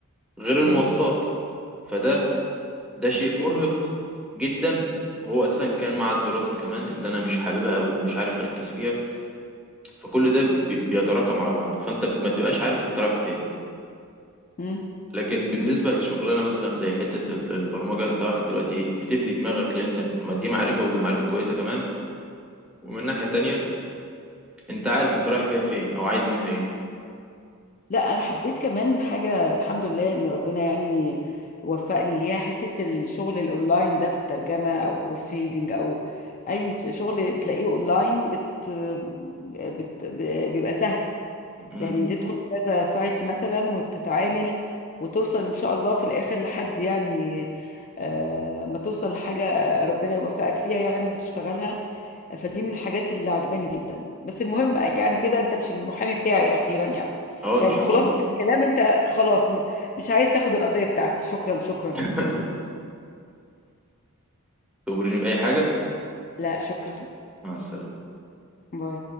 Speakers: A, in the centre; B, on the left.
A: غير المواصلات
B: مم،
A: فده ده شيء مرهق جدا وهو اساسا كان مع الدراسة كمان اللي انا مش حاببها ومش عارف اركز فيها فكل ده بي- بيتراكم على بعض فانت ما تبقاش عارف انت رايح فين
B: مم.
A: لكن بالنسبة للشغلانة مثلا زي حتة ال- البرمجة انت واحد دلوقتي بتبني دماغك لان انت ما دي معرفة وده معرفة كويسة كمان ومن ناحية تانية انت عارف انت رايح بيها فين او عايز منها ايه
B: لا انا حبيت كمان حاجه الحمد لله ان ربنا يعني وفقني ليها حته الشغل الاونلاين ده في الترجمه او بروفيدنج او اي شغل بتلاقيه اونلاين بت... بت... بيبقى سهل
A: امم
B: يعني تدخل كذا سايت مثلا وتتعامل وتوصل ان شاء الله في الاخر لحد يعني آه، ما توصل لحاجة ربنا يوفقك فيها يعني وتشتغلها فدي من الحاجات اللي عجباني جدا بس المهم يعني كده انت مش المحامي بتاعي اخيرا يعني
A: اه ان
B: يعني
A: شاء
B: خلاصة
A: الله
B: الكلام انت خلاص م- مش عايز تاخد القضية بتاعتي شكرا شكرا
A: <laughs> تأمرني بأي حاجة
B: لا شكرا
A: مع السلامة
B: باي